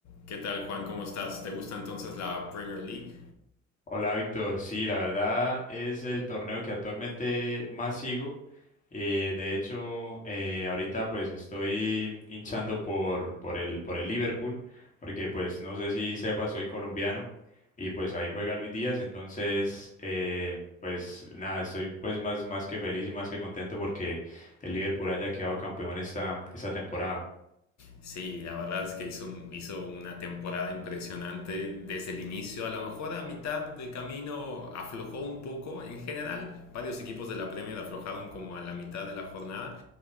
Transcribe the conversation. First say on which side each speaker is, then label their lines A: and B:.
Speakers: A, on the left; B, on the left.
A: ¿Qué tal, Juan? ¿Cómo estás? ¿Te gusta entonces la Premier League?
B: Hola Víctor, sí, la verdad es el torneo que actualmente más sigo. Eh, de hecho, eh, ahorita pues estoy hinchando por, por el, por el Liverpool, porque pues no sé si sepas, soy colombiano y pues ahí juega Luis Díaz, entonces eh, pues nada, estoy pues más, más que feliz y más que contento porque el Liverpool haya quedado campeón esta, esta temporada.
A: Sí, la verdad es que hizo, un- hizo una temporada impresionante desde el inicio. A lo mejor a mitad de camino aflojó un poco en general. Varios equipos de la Premier aflojaron como a la mitad de la jornada.